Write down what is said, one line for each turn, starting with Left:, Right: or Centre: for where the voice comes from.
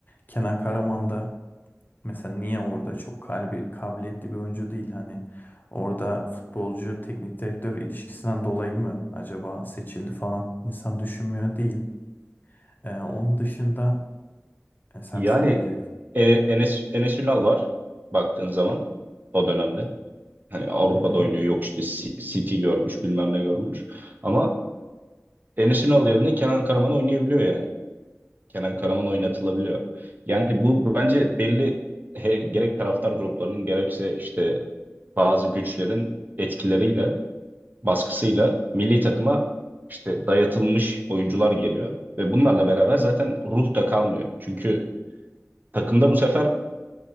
Left: Kenan Karaman da Mesela niye orada çok kalbi, kabiliyetli bir oyuncu değil hani orada futbolcu teknik direktör ilişkisinden dolayı mı acaba seçildi falan insan düşünmüyor değil. Ee, onun dışında e, sen
Right: Yani
Left: bir şey mi diyecektin?
Right: e, Enes, Enes Ünal var baktığın zaman o dönemde. Hani Avrupa'da
Left: Hı hı.
Right: oynuyor yok işte C- City görmüş bilmem ne görmüş. Ama Enes Ünal yerine Kenan Karaman oynayabiliyor yani. Kenan Karaman oynatılabiliyor. Yani bu bu bence belli he- gerek taraftar gruplarının gerekse işte bazı güçlerin etkileriyle baskısıyla milli takıma işte dayatılmış oyuncular geliyor. Ve bunlarla beraber zaten ruh da kalmıyor. Çünkü takımda bu sefer